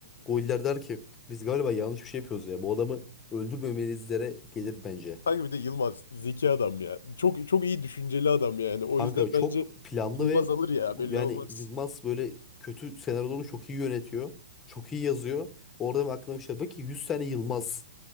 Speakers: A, on the left (about 20°); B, on the left (about 70°).
A: goller der ki biz galiba yanlış bir şey yapıyoruz ya. Bu adamı öldürmemelizlere gelir bence.
B: Kanka bir de Yılmaz zeki adam ya. Çok çok iyi düşünceli adam yani. O
A: Kanka
B: yüzden
A: çok
B: bence
A: planlı
B: Yılmaz
A: ve
B: alır ya belli
A: yani
B: olmaz.
A: Yılmaz böyle kötü senaryoları çok iyi yönetiyor. Çok iyi yazıyor. Orada benim aklıma bir şey bak ki 100 tane Yılmaz